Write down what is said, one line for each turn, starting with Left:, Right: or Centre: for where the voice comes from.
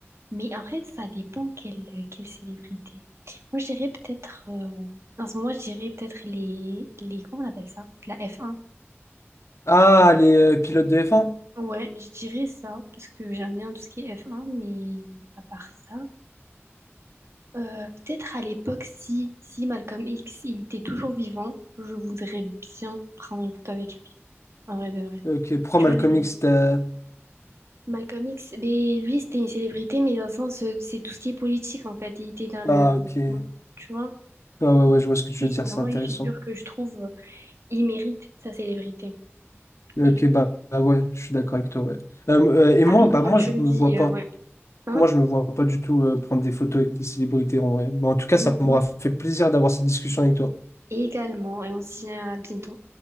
Right: Mais en fait, ça dépend quelle, quelle célébrité. Moi, je dirais peut-être, euh, en ce moment, je dirais peut-être les, les, comment on appelle ça? La f un
Left: Ah, les euh, pilotes de F1?
Right: Ouais, je dirais ça, parce que j'aime bien tout ce qui est F1, mais à part ça, euh, peut-être à l'époque, si, si Malcolm X, il était toujours vivant, je voudrais bien prendre une photo avec lui, en vrai de vrai.
Left: Ok, pourquoi
Right: Tu
Left: Malcolm
Right: vois, les...
Left: X, t'as-
Right: Malcolm X, mais lui, c'était une célébrité, mais dans le sens, euh, c'est tout ce qui est politique, en fait. Il était dans le...
Left: Ah, ok. Ouais,
Right: Tu vois?
Left: ouais, ouais,
Right: Donc,
Left: je vois ce que tu
Right: lui,
Left: veux
Right: c'est
Left: dire,
Right: vraiment
Left: c'est intéressant.
Right: une figure que je trouve, euh, il mérite sa célébrité.
Left: Ok,
Right: Et donc,
Left: bah, bah ouais, je suis d'accord avec toi, ouais. Euh, euh, et moi,
Right: rapidement,
Left: bah moi,
Right: tu
Left: je
Right: me
Left: me
Right: dis,
Left: vois pas.
Right: euh, ouais, hein?
Left: Moi, je me vois pas du tout euh, prendre des photos avec des célébrités, en vrai. Mais en tout cas,
Right: Mhm.
Left: ça m'aura fait plaisir d'avoir cette discussion avec toi.
Right: Et Également, et on se dit à bientôt.